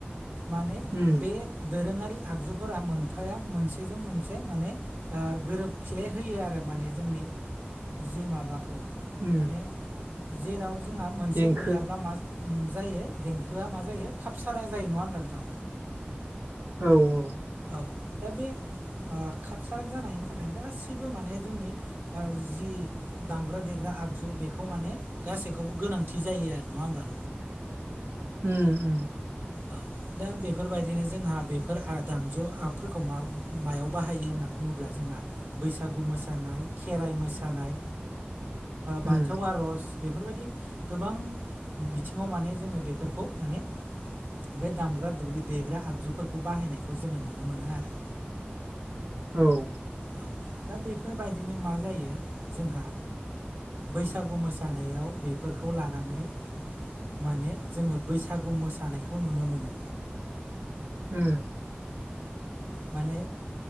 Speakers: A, on the right; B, on the right.
A: माने
B: उम
A: बे दोरोङारि आगजुफोरा मोनफाया मोनसेजों मोनसे माने ओ गोरोबफ्ले होयो आरो माने जोंनि जि माबाखौ
B: उम
A: माने जेराव जोङा मोनसे
B: देंखो
A: गैयाब्ला मा जायो देंखोआ मा जायो खापसारा जायो नङा ओनब्ला नोंथां?
B: औ औ
A: औ दा बे ओ खापसारा जानायनि थाखायनो गासैबो माने जोंनि ओ जि दामग्रा देग्रा आगजु बेखौ माने गासैखौबो गोनांथि जायो आरो नङा ओमब्ला?
B: उम उम
A: औ। दा बेफोरबायदिनो जोंहा बेफोर दामजुफोरखौ म मायाव बाहायो होनना बुङोब्ला जोंहा बैसागु मोसानाय खेराइ मोसानाय बाथौ
B: उम
A: आर'ज बेफोरबायदि गोबां बिथिङाव माने जोङो बेफोरखौ माने बे दामग्रा देग्रा आगजुफोरखौ बाहायनायखौ जोङो नुनो मोनो आरो
B: औ
A: औ दा बेफोरबायदिनो मा जायो जोंहा बैसागु मोसानायाव बेफोरखौ लानानै माने जोङो बैसागु मोसानायखौ नुनो मोनो
B: हम
A: माने